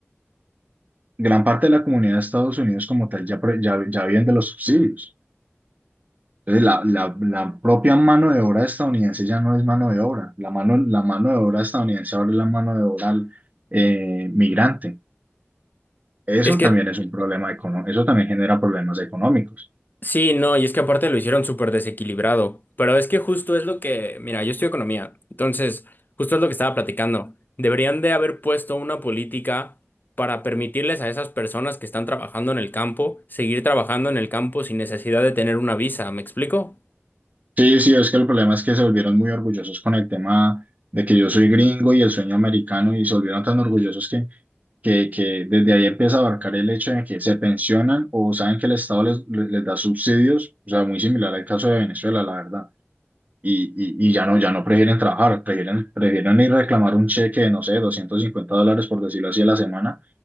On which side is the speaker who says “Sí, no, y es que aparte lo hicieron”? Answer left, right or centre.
Left